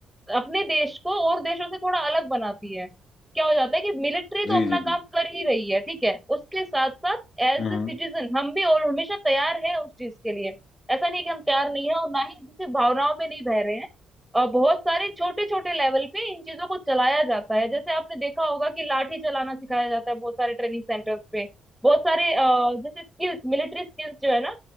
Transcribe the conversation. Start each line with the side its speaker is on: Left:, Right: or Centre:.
Centre: अपने देश को और देशों से थोड़ा अलग बनाती है क्या हो जाता है कि मिलिट्री तो
Left: जी
Centre: अपना
Left: जी
Centre: काम
Left: जी
Centre: कर ही रही है ठीक है उसके साथ साथ एज
Left: हम्म
Centre: द सिटीजन हम भी और हमेशा तैयार है उस चीज के लिए ऐसा नहीं है कि हम तैयार नहीं है और ना ही किसी भावनाओं में नहीं बह रहे हैं और बहुत सारे छोटे छोटे लेवल पे इन चीजों को चलाया जाता है जैसे आपने देखा होगा कि लाठी चलाना सिखाया जाता है बहुत सारे ट्रेनिंग सेंटर्स पे बहुत सारे अ, जैसे स्किल्स मिलिट्री स्किल्स जो है ना